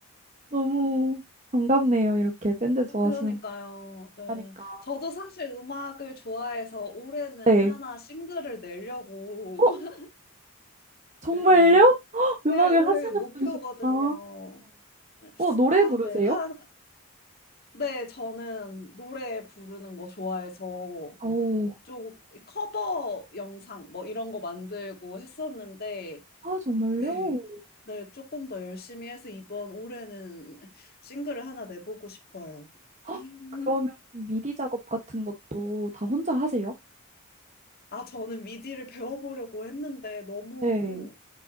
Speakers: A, on the right; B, on the left.
A: 너무 반갑네요. 이렇게 밴드
B: 어,
A: 좋아하시는
B: 그러니까요.
A: 분
B: 네.
A: 하니까.
B: 저도 사실 음악을 좋아해서 올해는
A: 네.
B: 하나 싱글을 내려고.
A: 어,
B: <laughs>
A: 정말요?
B: 네.
A: 헉,
B: 네,
A: 음악을
B: 올해
A: 하시는
B: 목표거든요.
A: 분이셨구나.
B: 네.
A: 어, 노래
B: 아,
A: 부르세요?
B: 네. 한, 네, 저는 노래 부르는 거 좋아해서
A: 어,
B: 좀 커버 영상 뭐 이런 거 만들고 했었는데,
A: 아, 정말요?
B: 네. 네, 조금 더 열심히 해서 이번 올해는 싱글을 하나 내보고 싶어요. <laughs>
A: 헉, 그러면 미디 작업 같은 것도 다 혼자 하세요?
B: 아, 저는 미디를 배워보려고 했는데 너무
A: 네.